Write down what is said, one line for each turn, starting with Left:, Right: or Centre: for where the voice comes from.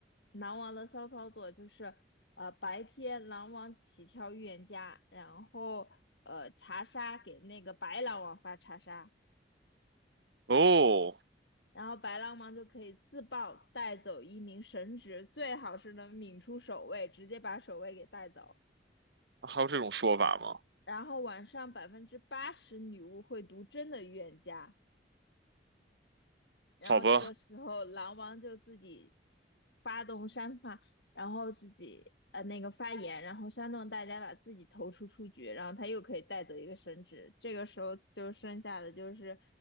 Left: 狼王的骚操作就是，呃，白天狼王起跳预言家，然后呃查杀给那个白狼王发查杀。
Right: 哦，
Left: 然后白狼王就可以自爆带走一名神职，最好是能抿出守卫，直接把守卫给带走。
Right: 还有这种说法吗？
Left: 然后晚上百分之八十女巫会读真的预言家，然后这个时候狼王就自己
Right: 好吧，
Left: 发动煽发，然后自己呃那个发言，然后煽动大家把自己投出出局，然后他又可以带走一个神职。这个时候就剩下的就是，